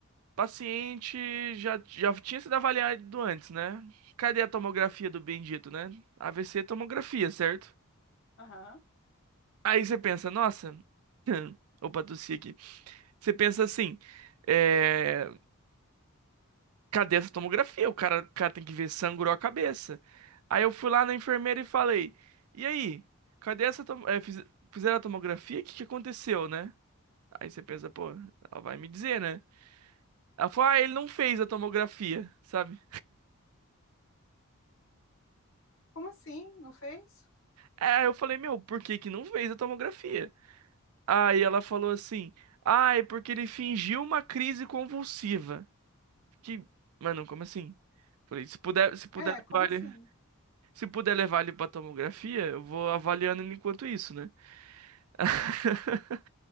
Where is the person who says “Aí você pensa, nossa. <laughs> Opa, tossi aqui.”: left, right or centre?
Right